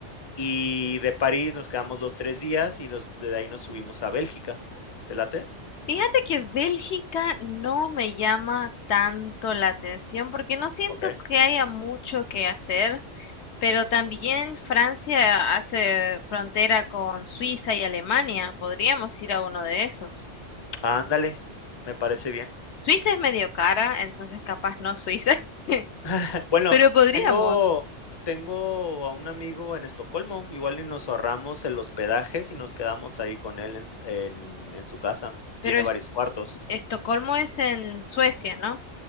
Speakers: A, on the left; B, on the left.
A: Y de París nos quedamos dos, tres días y nos- de ahí nos subimos a Bélgica. ¿Te late?
B: Fíjate que Bélgica no me llama tanto la atención porque no siento
A: Ok.
B: que haya mucho que hacer. Pero también Francia hace frontera con Suiza y Alemania. Podríamos
A: Ujú.
B: ir a uno de esos.
A: Ándale, me parece bien.
B: Suiza es medio cara, entonces capaz no Suiza, <laughs>
A: <laughs> Bueno,
B: pero podríamos.
A: tengo tengo a un amigo en Estocolmo, igual y nos ahorramos el hospedaje si nos quedamos ahí con él en s en en su casa,
B: Pero
A: tiene
B: es-
A: varios cuartos.
B: Estocolmo es en Suecia, ¿no?